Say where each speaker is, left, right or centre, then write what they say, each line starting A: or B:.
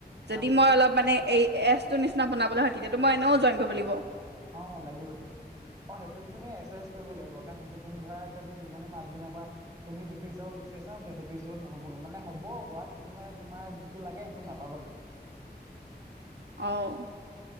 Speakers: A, on the right (about 80°); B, on the right (about 20°).
A: যদি
B: আচ্ছা
A: মই অলপ মানে এই এছ ৰ নিচিনা বনাবলৈ হাতি তে মই এনেও জইন কৰিব লাগিব।
B: অ, লাগিব সেইটো অ সেইটোতো তুমি এক্সাৰচাইজ কৰিব লাগিব। কাৰণ সেইটো তুমি ধৰা এতিয়া তুমি যিমানে মাছ গনে খ তুমি যিটো হিচাপ বিচাৰিছ ন সেইটোিচাপত নহবে মানে হ'ব হোৱাত কিন্তু মানে তোমাৰ যিটো লাগে সেইটো নাপাবাগে।
A: অহ ',